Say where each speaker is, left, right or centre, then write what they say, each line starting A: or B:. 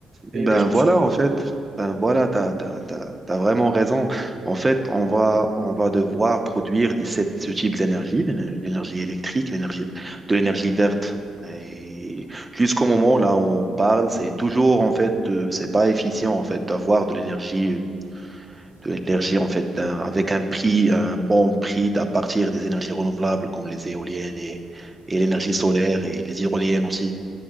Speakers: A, on the right; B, on the right.
A: Ben
B: Et qu'est-ce que
A: voilà,
B: tu en penses?
A: en fait, ben voilà, t'as, t'as, t'as, t'as vraiment raison. En fait, on va, on va devoir produire des- cette- ce type d'énergie, l'é- l'énergie électrique, l'énergie, de l'énergie verte. Et jusqu'au moment là où on parle, c'est toujours, en fait, euh, c'est pas efficient, en fait, d'avoir de l'énergie, euh, de l'énergie, en fait, d'un- avec un prix, un bon prix à partir des énergies renouvelables comme les éoliennes et, et l'énergie solaire et les hydroliennes aussi.